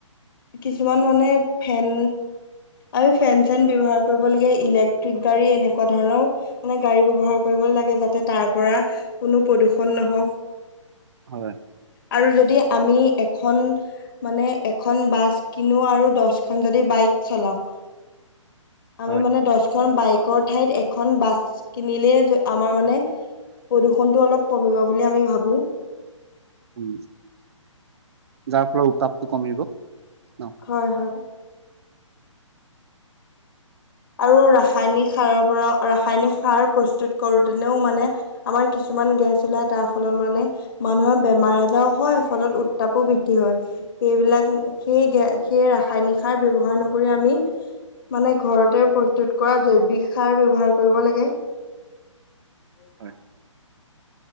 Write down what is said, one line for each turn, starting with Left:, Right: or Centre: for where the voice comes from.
Left: কিছুমান মানে ফেন আমি ফেন চেন ব্যৱ্হাৰ কৰিব লাগে ইলেক্ট্ৰিক গাড়ী এনেকুৱা ধৰণৰও মানে গাড়ী ব্যৱহাৰ কৰিব ল যাতে তাৰ পৰা কোনো প্ৰদূষণ নহওক
Right: হয়
Left: আৰু যদি আমি এখন মানে এ খন বাছ কিনো আৰু দছখন যদি বাইক চলাও আমি
Right: হয়
Left: মানে দহখন বাইকৰ ঠাইত এখন বাছ কিনিলে আমাৰ মানে প্ৰদূষণতটো অলপ কমিব বুলি আমি ভাবো
Right: উম যাৰ ফলৰ উতাপটো কমিব ন
Left: হয় হয় আৰু ৰাসায়নিক সাৰৰ পৰা ৰাসায়নিক সাৰ প্ৰস্তুত কৰোতেনেও মানে আমাৰ কিছুমান কিছমান গেছ ওলাই তাৰ ফলত মানে মানুহৰ বেমাৰ আজাৰও হয় ফলত উত্তাপো বৃদ্ধি হয় সেইবিলাক সেই গ সেই ৰাসায়নিক সাৰ ব্য্ৱহাৰ নকৰি আমি মানে ঘৰতে <unintelligible>
Right: হয়